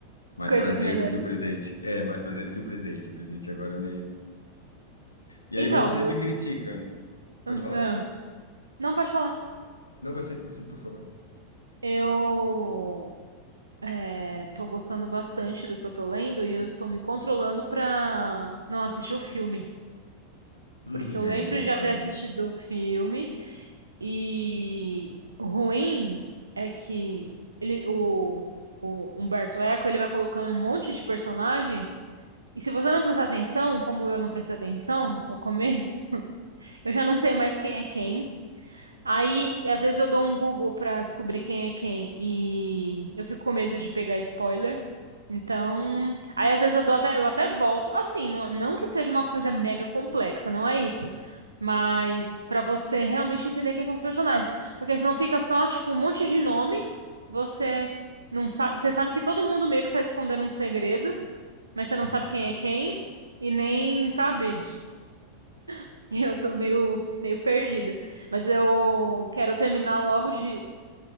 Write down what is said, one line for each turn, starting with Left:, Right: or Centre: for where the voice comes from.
Left: mais
Right: Coisas
Left: prazer
Right: melhores.
Left: do que o presente. É, mais prazer do que o presente. O presente agora é meio. E
Right: Então,
Left: aí você
Right: eu
Left: me critica. Pode
Right: ah,
Left: falar.
Right: ah. não pode falar.
Left: Não, você, você, por favor.
Right: Eu É, tô gostando bastante do que eu tô lendo e eu estou me controlando pra não assistir o filme.
Left: Hum,
Right: Porque eu
Left: é,
Right: lembro
Left: não
Right: de
Left: faz
Right: já ter assistido
Left: isso.
Right: o filme e o ruim é que ele, o, o Humberto Eco ele vai colocando um monte de personagem e se você não prestar atenção, como eu não prestei atenção no começo, <laughs> eu já não sei mais quem é quem. Aí, às vezes eu dou um Google pra descobrir quem é quem e eu fico com medo de pegar spoiler. Então, aí às vezes eu dou até, eu até volto. Assim, não, não que seja uma coisa mega complexa, não é isso. Mas pra você realmente entender quem são os personagens, porque senão fica só tipo um monte de nome, você não sabe, você sabe que todo mundo meio que tá escondendo um segredo, mas você não
Left: <laughs>
Right: sabe quem é quem e nem sabe. <laughs> Eu tô meio, meio perdida. Mas eu quero terminar logo de